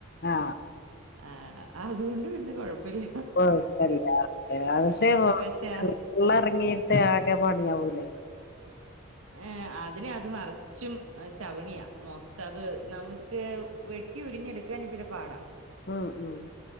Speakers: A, on the left; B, on the right.
A: ആ
B: ആഹ് അതുകൊണ്ട് പിന്നെ കൊഴപ്പല്ല
A: പ്പ കൊഴപ്പല്ലാ അതെ ഷെ വെള്ളം
B: പക്ഷെ ആ
A: എറങ്ങിയിട്ട് ആകെ പണിയാവൂലേ
B: ഏഹ് അതിന് അത് നറച്ചും ചവണിയാ മൊത്തത് നമ്മക്ക് ക്ക്‌ വെട്ടി ഉരിഞ്ഞെടുക്കാൻ ഇച്ചിരി പാടാ
A: ഉം ഉം